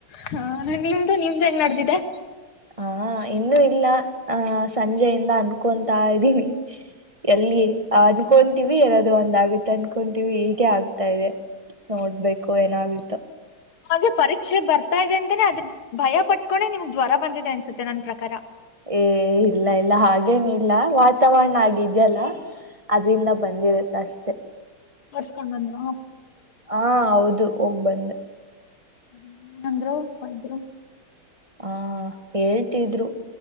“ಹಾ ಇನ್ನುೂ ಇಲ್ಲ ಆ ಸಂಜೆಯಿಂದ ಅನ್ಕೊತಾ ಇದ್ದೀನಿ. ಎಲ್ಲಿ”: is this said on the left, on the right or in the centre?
Right